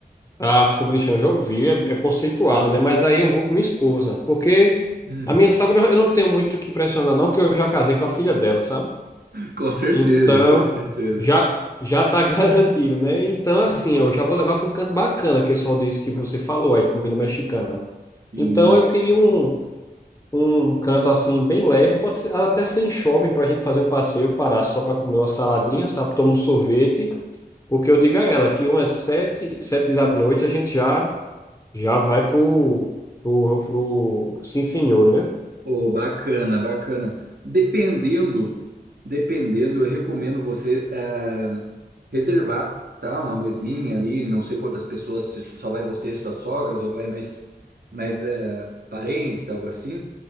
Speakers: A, on the left (about 20°); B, on the right (about 70°).
A: A Fogo de Chão já ouvi, é, é conceituada, né? Mas aí eu vou com minha esposa, porque
B: Hum.
A: a minha sogra eu não tenho muito o que impressionar, não, porque eu já casei com a filha dela, sabe?
B: Com certeza,
A: Então,
B: com certeza.
A: já já tá <laughs> garantido, né? Então,
B: Uhum.
A: assim, ó, eu já vou levar para um canto bacana, que é só disso que você falou aí, comida mexicana.
B: Isso.
A: Então, eu queria um, um canto assim, bem leve, pode ser, até ser em shopping, para a gente fazer um passeio, parar só para comer uma saladinha, sabe? Tomar um sorvete, porque eu digo a ela que umas sete, sete da noite a gente já. Já vai pro, pro, pro sim, senhor, né?
B: Oh, bacana, bacana. Dependendo, dependendo, eu recomendo você. eh, reservar, tá? Uma mesinha ali, não sei quantas pessoas, se só vai você, suas sogras, ou vai mais, mais eh, parentes, algo assim,